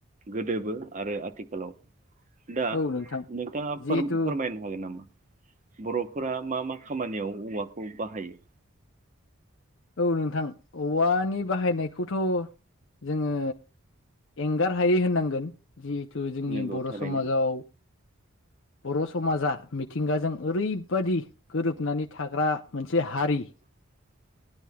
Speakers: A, on the right (about 35°); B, on the left (about 55°).
A: गोदोबो आरो आथिखालाव दा
B: औ नोंथां
A: नोंथाङा
B: जिहेथु
A: फोर फोरमायनो हागोन नामा बर'फोरा मा मा खामानियाव औवाखौ बाहायो
B: औ नोंथां औवानि बाहायनायखौथ' जोङो एंगारहायै होननांगोन जिहेथु जोंनि
A: नंगौ
B: बर'
A: थारैनो
B: समाजाव बर' समाजा मिथिंगाजों ओरैबादि गोरोबनानै थाग्रा मोनसे हारि
A: <unintelligible>